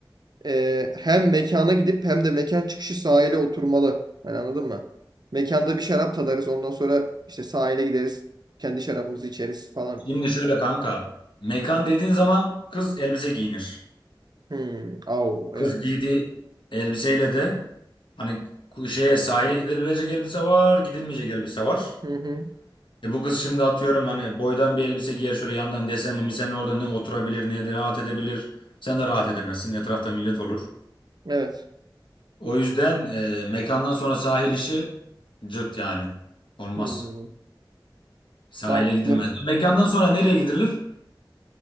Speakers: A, on the right; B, on the left.
A: E, hem mekana gidip hem de mekan çıkışı sahile oturmalı. Hani anladın mı? Mekanda bir şarap tadarız. Ondan sonra işte sahile gideriz. Kendi şarabımızı içeriz falan.
B: Şimdi şöyle kanka. Mekan dediğin zaman kız elbise giyinir.
A: Hmm. Au,
B: Kız
A: evet.
B: giydiği elbiseyle de hani ku- şeye sahile gidilebilecek elbise var, gidilmeyecek elbise var.
A: Hı hı.
B: E bu kız şimdi atıyorum hani boydan bir elbise giyer şöyle yandan desenli misenli orada ne oturabilir ne de rahat edebilir. Sen de rahat edemezsin. Etrafta millet olur.
A: Evet.
B: O yüzden e, mekandan sonra sahil işi cırt yani. Olmaz.
A: Hmm.
B: Sahile
A: Mantıklı.
B: gidilmez. Mekandan sonra nereye gidilir?